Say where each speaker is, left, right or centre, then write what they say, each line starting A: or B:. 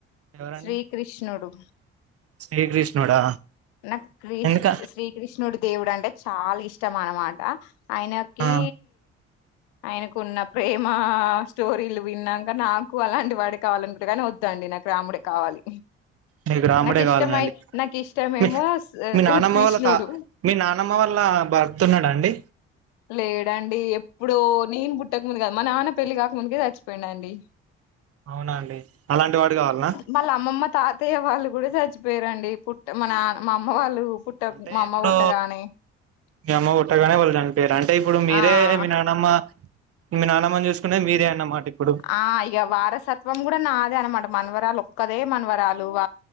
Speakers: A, on the right; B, on the left.
A: ఎవరండి
B: శ్రీకృష్ణుడు
A: శ్రీకృష్ణుడా
B: నాక్ క్రిష్
A: ఎందుక
B: శ్రీకృష్ణుడు దేవుడు అంటే చాలా ఇష్టం అన్నమాట ఆయనకి
A: ఆ
B: ఆయనకు న్న ప్రేమ స్టోరీలు విన్నాక నాకు అలాంటి వాడే కావాలనుకుంట కానీ వద్దండి నాకు రాముడే కావాలి
A: మీకు రాముడే
B: నాకు
A: కావాలనండి
B: ఇష్టమై నాకు ఇష్టమేమో
A: మీ మీ నానమ్మ
B: కృష్ణుడు
A: వాళ్ళ తా మీ నానమ్మ వాళ్ళ భర్త ఉన్నాడా అండి
B: లేడండి ఎప్పుడో ని మా నాన్నకి పెళ్లి కాక ముందే చచ్చిపోఇండు అండి
A: అవునా అండి అలాంటి వాడు కావాల్న
B: వాళ్ళ అమ్మమ్మ తాతయ్య వాళ్ళు కూడా చచ్చిపోయారండి పుట్ట మన మా అమ్మ వాళ్ళు పుట్ట
A: అంటే
B: మా అమ్మ
A: ఇప్పుడు
B: పుట్టగానే
A: మీ అమ్మ పుట్టగానే వాళ్ళు చనిపోయిరు. అంటే ఇప్పుడు మీరే
B: ఆ
A: మీ నానమ్మ మీ నానమ్మని చూసుకునే మీరే అన్నమాట. ఇప్పుడు
B: ఆ ఇగ వారసత్వం కూడా నాదే అనమాట మన వరాలు ఒక్కదే మనవరాలు వ